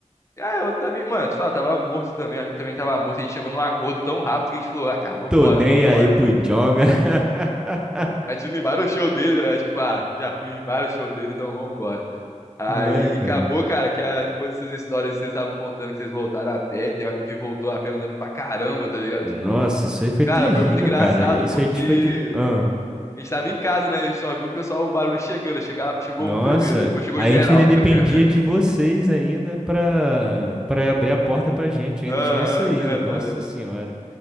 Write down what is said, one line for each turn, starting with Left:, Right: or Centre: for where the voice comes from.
Left: ah, eu também, mano, te falo, tava morto também, o amigo também tava morto, a gente chegou num acordo tão rápido que a gente falou, ah, cara, vambora,
Centre: Tô nem
Left: vambora,
Centre: aí pro
Left: então.
Centre: Djonga. <laughs>
Left: A gente indo em vários shows dele, né? Tipo, ah, já fui em vários shows dele, então vambora. Aí
Centre: Não é, cara?
Left: acabou, cara, que ah, depois dessas histórias que vocês estavam contando que vocês voltaram a pé, tem um amigo que voltou a pé andando pra caramba, tá ligado?
Centre: Nossa,
Left: Tipo,
Centre: isso aí foi
Left: cara,
Centre: terrível,
Left: foi muito engraçado,
Centre: cara. Isso
Left: porque
Centre: a gente foi de. Ah,
Left: a gente tava em casa, né? A gente só viu o pessoal, o barulho chegando. Chega- chegou
Centre: nossa,
Left: um primeiro, depois chegou
Centre: a
Left: geral,
Centre: gente ainda dependia
Left: tá ligado?
Centre: de vocês ainda pra, pra abrir a porta pra gente. Ainda
Left: Aham,
Centre: tinha isso ainda.
Left: verdade.
Centre: Nossa senhora.